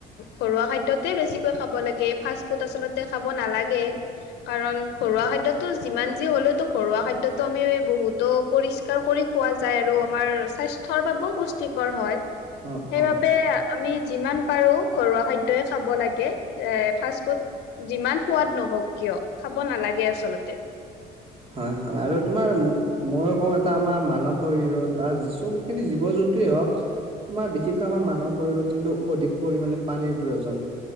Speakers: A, on the left; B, on the right.
A: ঘৰুৱা খাদ্য ত বেছিকৈ খাব লাগে ফাষ্ট ফুড আচল্ততে খাব নালাগে কাৰণ ঘৰুৱা খাদ্্যতটো যিমান যি হ'লেওতো ঘৰুৱা খাদ্যয়তটো আমি বহুতো পৰিষ্কাৰ কৰি খ যায় আৰু আমাৰ স্বাস্থ্যৰ বাবেও পুষ্টিকৰ হয়
B: অ',
A: সেইবাবে
B: অ'।
A: আমি যিমান পাৰো ঘৰুৱা খাদ্যই খাব লাগে এ ফাষ্ট ফুড যিমান সোৱাদ নহওক কিয় খাব নালাগে আচলতে
B: হয় হয় আৰু তোমাৰ মইো কওঁ এটা আমাৰ মানৱ শৰীৰত বা চবখিনি জীৱ জন্তুৱেই হওক আমাৰ বিশেষকৈ আমাৰ মানুহৰ শৰীৰত কিন্তু অধিক পৰিমামানে পানীৰ প্ৰয়োজন